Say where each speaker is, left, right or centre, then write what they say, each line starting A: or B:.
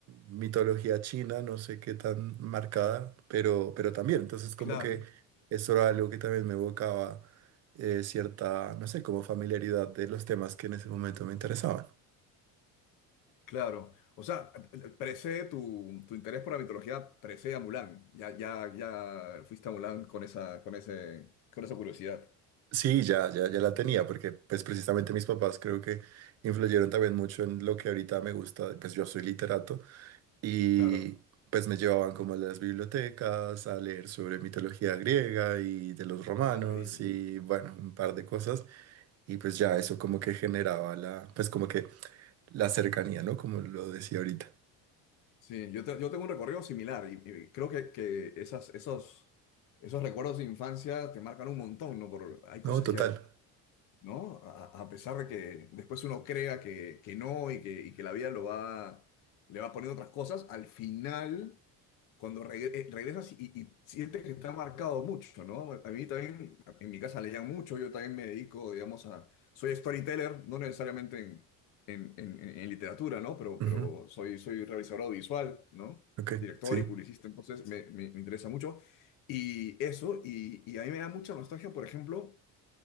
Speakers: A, on the right; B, on the left.
A: mitología china, no sé qué tan marcada, pero, pero también. Entonces, como
B: claro,
A: que eso era algo que también me evocaba eh, cierta, no sé, como familiaridad de los temas que en ese momento me interesaban.
B: claro. O sea, precede tu, tu interés por la mitología, precede a Mulan. Ya, ya, ya fuiste a Mulan con esa, con ese, con esa curiosidad.
A: Sí, ya, ya, ya la tenía, porque pues precisamente mis papás creo que influyeron también mucho en lo que ahorita me gusta. Pues yo soy literato, Y
B: Claro,
A: pues me llevaban como a las bibliotecas a leer sobre mitología griega y de los romanos
B: qué maravilla.
A: y bueno, un par de cosas. Y pues ya eso como que generaba la, pues como que la cercanía, ¿no? Como lo decía ahorita.
B: Sí, yo, te- yo tengo un recorrido similar y, y creo que, que esas, esos, esos recuerdos de infancia te marcan un montón, ¿no? Por, hay cosas
A: No, total.
B: que ¿no? A, a pesar de que después uno crea que, que no y que, y que la vida lo va, le va poniendo otras cosas, al final, cuando regre- eh, regresas y, y sientes que está marcado mucho, ¿no? A mí también, en mi casa leían mucho, yo también me dedico, digamos, a... Soy storyteller, no necesariamente en, en, en- en- en literatura, ¿no? Pero,
A: Ujú,
B: pero soy, soy realizador audiovisual, ¿no?
A: Ok,
B: Director
A: sí.
B: y publicista, entonces me, me me interesa mucho. Y eso, y, y a mí me da mucha nostalgia, por ejemplo,